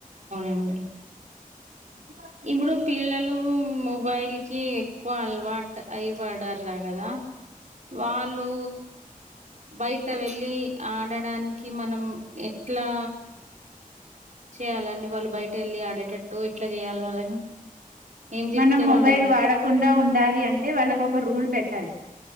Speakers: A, on the right (about 55°); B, on the right (about 85°).
A: అండి
B: అ <inaudible>
A: ఇప్పుడు పిల్లలు మొబైల్ కి ఎక్కువ అలువాటై అయి పడర్ కదా వాళ్ళు బయట వెళ్ళి ఆడడానికి మనం ఎట్లా చేయాలని వాళ్ళు బయటేల్లి ఆడేటట్టు ఎట్లా చేయాలి వాళ్ళని ఏం చెప్తే
B: మనం మొబైల్
A: వాళ్ళు వెళ్
B: వాడకుండా ఉండాలి అంటే వాళ్ళకు ఒక రూల్ పెట్టాలి